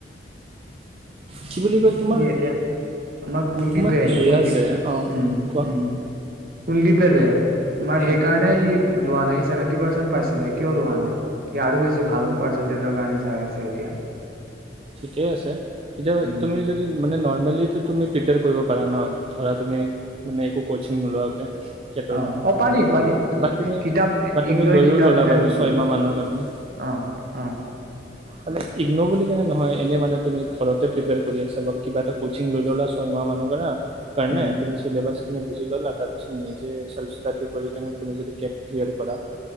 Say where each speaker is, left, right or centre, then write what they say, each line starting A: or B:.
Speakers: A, on the right (about 35°); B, on the right (about 55°).
A: কি বুলি কয় তোমাৰ
B: সেই এতিয়া আমাৰ কুলদ্বীপে
A: তোমাৰ সেয়া
B: কুলদ্বীপ
A: যে অ
B: উম
A: কোৱা
B: উম। কুলদ্বীপ। যে মই সেই
A: অ
B: কাৰণে সি। লোৱা নাই চেভেণ্টি পাৰ্চেন্ত পাইছিলে। কিয় লোৱা নাই সি আৰু বেছি ভাল পাৰ্চেন্টেজৰ কাৰণে চাই আছে এতিয়া।
A: ঠিকেই আছে এতিয়া
B: উম
A: তুমি যদি। মানে নৰ্মেলি তুমি প্ৰিপেয়ৰ কৰিব পাৰা ন ধৰা তুমি মানে একো কচিং নোলোৱাকে। কেটৰ
B: অহ
A: কাৰণে
B: অ পাৰি পাৰি
A: বাট তুমি
B: কিতাপ
A: বা তুমি
B: ইগনৰ
A: লৈও
B: কিতাপ
A: ল'লা
B: বিলাক
A: বাৰু
B: দি
A: ছয়মাহ
B: দিয়ে
A: মানৰ কাৰণে
B: অহ অহ।
A: মানে ইগন' বুলি কেনে নহয় এনে মানে তুমি ঘৰতে প্ৰিপেয়ৰ কৰি আছা বা কিবা এটা কচিং লৈ ল'লা ছয়মাহ মানৰ কাৰণে। কাৰনে
B: উম
A: তুমি ছিলেবাছ খিনি বুজি ল'লা তাৰপিছত নিজে চেলফ ষ্টাডি কৰি কিনে তুমি যদি কেট ক্লিয়াৰ কৰা